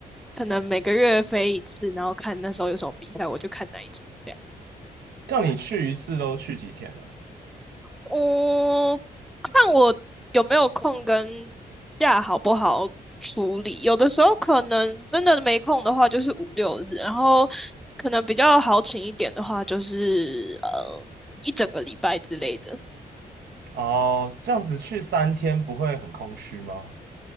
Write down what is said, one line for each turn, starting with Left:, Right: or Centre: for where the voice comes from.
Centre: 可能每个月飞一次，然后看那时候有什么比赛，我就看那一场这样。
Right: 叫你去一次都去几天啊？
Centre: 我看我有没有空跟假好不好处理，有的时候可能真的没空的话就是五六日，然后可能比较好请一点的话就是呃一整个礼拜之类的。
Right: 哦，这样子去三天不会很空虚吗？